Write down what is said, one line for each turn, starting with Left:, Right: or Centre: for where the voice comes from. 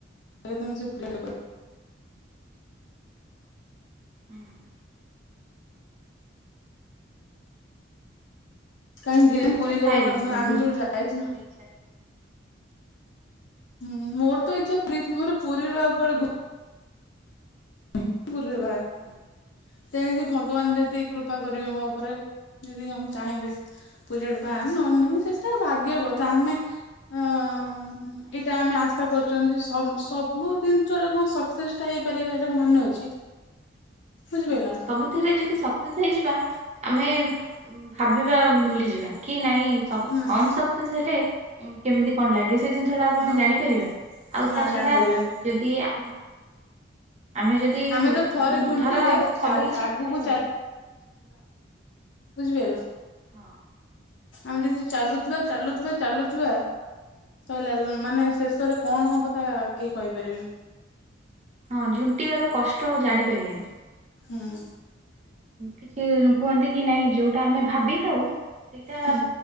Left: ସେମ ସେ ପିଲ <unintelligible>
Right: ହୁଁ ହୁଁ।
Left: କାହିଁକି
Right: ଇଚ୍ଛା
Left: ପୁରୀ ଗଲୁ,
Right: ଥାଏ ସବୁ
Left: ଆମେ କେବେ
Right: ଝିଅଙ୍କର
Left: ଯାଇଥିଲୁ
Right: ଗୋଟେ ଗୋଟେ ଇଚ୍ଛା
Left: ହୁଁ ମୋର ତ ଇଛା ପୁରୀ ମୁହର ପୁରୀରୁ ଆଗୁଆଡେ <unintelligible> ପୁରୀ ରେ ବାହା ହେବି,
Right: ହୁଁ
Left: ତେଣିକି ଭଗବାନ ଯଦି କୃପା କରିବେ ମୋ ଉପରେ ଯଦି ଆମେ ଚାହିଁବେ, ପୁରୀ ଆଡେ ବାହା ହେମି ନହଲେ ନାହିଁ, ସେଟା ଭାଗ୍ୟ କଥା, ଆମେ ଅ ହଁ ଇଟା ଆମେ ଆଶା କରୁଛନ୍ତି, ସ -ସବୁ ଜିନିଷରେ ସସେକସେ ହେଇପାରିବା, ଏଟା କଣ ମାନେ ଅଛି। ବୁଝିପାରିଲ
Right: ହଁ ସବୁଥିରେ, ଯଦି ସକ୍ସେସ୍ ହେଇଯିବା ଆମେ ଭାବିବା ଭୁଲିଯିବା, କି ନାଇଁ
Left: ନା ହୁଁ
Right: ଅନସକ୍ସେସ୍ ହେଲେ, କେମିତି କଣ ଲାଗେ ସେ ଜିନିଷଟା ଆଉ କଣ
Left: ହଁ
Right: ଜାଣିପାରିବା,
Left: ହଁ
Right: ଆଉ
Left: ନା
Right: ତା ଛଡା
Left: ଜାଣିପାରିବାନି
Right: ଯଦି ଆ ଆମେ ଯଦି
Left: ଆମେ ତ ଥରେ ଝୁଣ୍ଟିଲେ
Right: ଧର ଆମକୁ ସବୁ କିଛି
Left: ଆଗକୁ
Right: ମିଳିଗଲା।
Left: ବୁଝି ପାଇଲ?
Right: ହଁ।
Left: ଆମେ ଯଦି ଚାଲୁଥିବା ଚାଲୁଥିବା ଚାଲୁଥିବା। ସରିଲା ମାନେ ଶେଷରେ କଣ ହବ, ତା କେହି କହିପାରିବେନି?
Right: ହଁ ଝୁଣ୍ଟିବାର, କଷ୍ଟ ଜାଣିପାରିବାନି।
Left: ହୁଁ।
Right: କିଛି କୁହନ୍ତି କି ନାଇଁ ଯୋଉଟା ଆମେ ଭାବିଥାଉ ସେଇଟା
Left: ହୁଁ